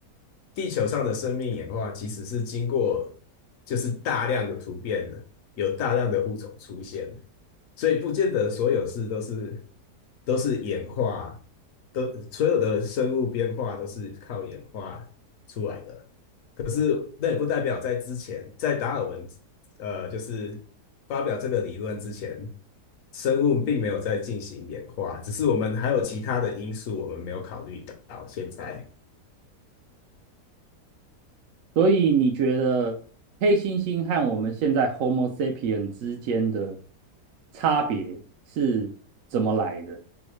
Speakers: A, on the left; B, on the right.
A: 地球上的生命演化其实是经过就是大量的突变的，有大量的物种出现，所以不见得所有事都是都是演化，都所有的生物变化都是靠演化出来的。那也不代表在之前，在达尔文呃，就是发表这个理论之前，生物并没有在进行演化，只是我们还有其他的因素我们没有考虑到。现在
B: 所以你觉得黑猩猩和我们现在 Homo sapien 之间的差别是怎么来的？